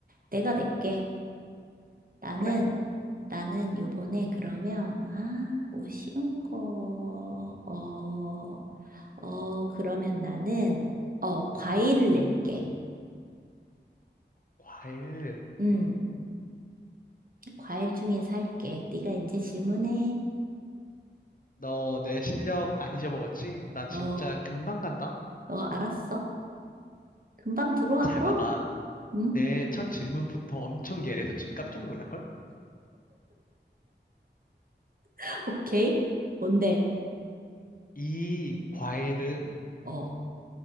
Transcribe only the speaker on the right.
내가 낼게. 나는,
나는 요번에 그러면, 아, 뭐 쉬운 거, 어, 어, 그러면 나는, 어, 과일을 낼게.
음, 과일 중에 살게. 네가 이제 질문해.
어, 어,
알았어. 금방 들어와,
그럼?
응?
<laughs> 오케이. 뭔데?
어.